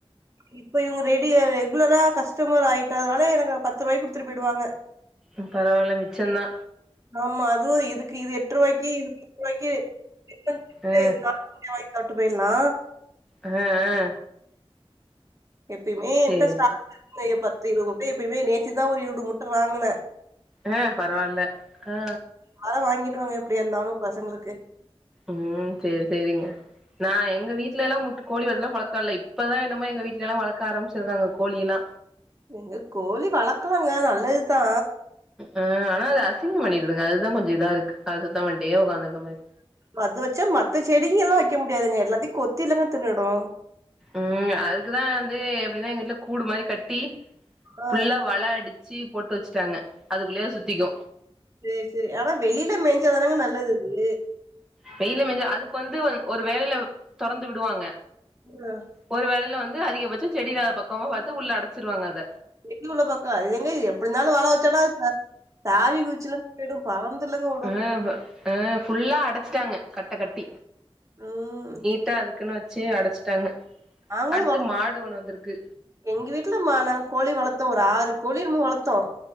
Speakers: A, on the right; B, in the centre.
A: இப் ப்போ இவுங்க ரெடியா ரெகுலரா கஸ்டமர் ஆயிட்டதுனால எனக்கு பத்து ரூவாய்க்கு குடுத்துட்டு போயிடுவாங்க
B: ம் பரவால்ல மிச்சந்தா
A: ஆமா அதுவு இதுக்கு இது எட்டு ரூவாய்க்கு இது பத்து ரூவாய்க்கு <inaudible> இதே
B: ஆ
A: வாங்கி சாப்ட்டு போயிட்லா
B: அஹ ஆ
A: எப்பயுமே என்ட்ட
B: சேரி
A: ஸ்டாக் இருக்குங்க எ பத்து இருவது முட்ட எப்பயுமே நேத்துதா ஒரு இருடு முட்ட வாங்குன
B: அ பரவால்ல ஆ
A: அதெலா வாங்கிடுவங்க எப்டியா இருந்தாலு பசங்களுக்கு
B: ம் செரி செரிங்க நா எங்க வீட்லல்லா முட் கோழி வளத்துலா பழக்கோ இல்ல இப்பதா என்னமோ எங்க வீட்லைல்லா வளக்க ஆரம்பிச்சிருக்காங்க கோழி எல்லா
A: இங்க கோழி வளக்கலாங்க நல்லதுதா
B: ஆ ஆனா அது அசிங்கம் பண்ணிடுதுங்க அதுதா கொஞ்சோ இதா இருக்கு அத சுத்தோ பண்ணிட்டே உக்காந்துருக்க மாரி
A: மது வச்சா மத்த செடிங்க எல்லா வைக்க முடியாதுங்க எல்லாத்தையு கொத்திலங்க தின்னுடு
B: ம் அதுக்குதா வந்து எப்டின்னா எங்க வீட்ல கூடு மாரி கட்டி
A: ஆ
B: ஃபுல்லா வல அடிச் சு போட்டு வச்சுட்டாங்க அதுக்குள்ளே அது சுத்திக்கு
A: சேரி சேரி ஆனா வெளில மேஞ்சாதானாங்க நல்லது அது
B: வெயில மேஞ்சா அதுக்கு வந்து ஒ ஒரு வேலைல தொறந்து விடுவாங்க
A: அ
B: ஒரு வேலைல வந்து அதிகபட்சோ செடி இல்லாத பக்கமா பாத்து உள்ள அடச்சிருவாங்க அத
A: வெயில் உள்ள பக்கோ இது எங்க எப்டிந்தாலு வல வச்சன்னா த தாவி குதிச்சுலா போய்டு பறந்துல்லங்க
B: ஆ வ ஆ ஃபுல்லா அடச்சிட்டாங்க கட்ட கட்டி
A: ம்
B: ட்ட அதுக்குன்னு வச்சு அடச்சிட்டாங்க
A: நாங்களு
B: அடுத்து
A: வள
B: மாடு ஒன்னு வந்திருக்கு
A: எங்க வீட்லமா நாங்க கோழி வளத்தோ ஒரு ஆறு கோழியோ என்னமோ வளத்தோ